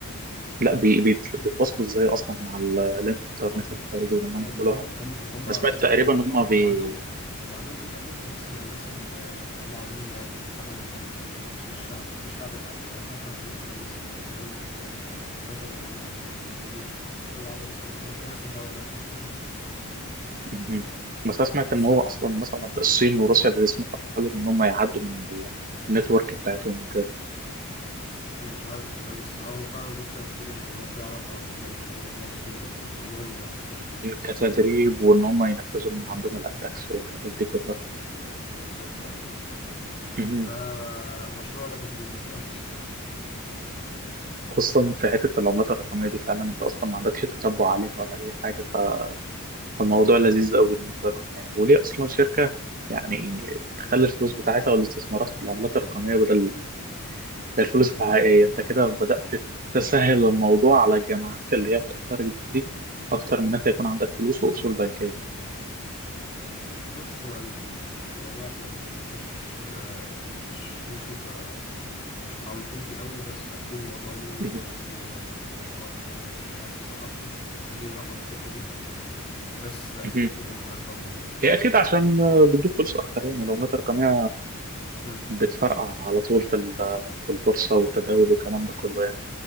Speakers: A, on the right (about 40°); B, on the left (about 25°).
A: لا بي... بيت... بيتواصلوا إزاي أصلا مع ال... الإنترنت
B: ما
A: الخارجي
B: ما
A: وإن هم يعملوا
B: هم هم هم هم
A: انا
B: اللي
A: سمعت تقريبا
B: هم عندهم
A: ان هم
B: هم
A: بي
B: عندهم هم عندهم انترنت بس للناس اللي اللي هم عاوزين يبقى يفتحوا الانترنت مش مش مش الشعب مش للشعب العادي يعني الهاكرز ده مثلا الناس الحكوميه اللي هي الرتب العاليه مثلا في الجيش الرتب العاليه مثلا رئيس الدوله نفسه فاهم
A: مهم. بس انا سمعت
B: بس
A: ان هو اصلا مثلا الصين وروسيا بيسمحوا لهم ان هم يعدوا من النتورك بتاعتهم وكده
B: انا مش عارف والله بس اه هو فعلا روسيا وكوريا الشماليه في علاقات ما بينهم يعني هما والصين برضو وكلهم ما بيحبوش امريكا
A: كتدريب وان هم ينفذوا من عندهم الاتاكس والحاجات دي كلها
B: بالظبط اه
A: مهم.
B: فمشروع نجح جدا يعني <laughs>
A: خصوصا في حته العملات الرقميه دي فعلا انت اصلا ما عندكش تتبع عليها ولا اي حاجه ف- فالموضوع لذيذ قوي بالنسبه لهم يعني وليه اصلا شركه يعني تخلي الفلوس بتاعتها والاستثمارات في العملات الرقميه بدل الفلوس الحقيقية أنت كده بدأت تسهل الموضوع على الجامعات اللي هي بتختارك دي أكتر من أنت يكون عندك فلوس وأصول بنكية
B: بص يعني الموضوع احنا مش مش مش مت... مش مش متعمقين فيه قوي بس اكيد الموضوع له
A: مهم.
B: عيوبه و- وفوائد انا مش عارف الصراحه يعني ليه راحوا للحته دي بس اكيد
A: مهم.
B: لهم اسبابهم برضه
A: هي أكيد عشان بتجيب فلوس أكتر يعني لو مات رقمية
B: مم.
A: بتفرقع على طول في ال- في البورصة والتداول والكلام ده كله يعني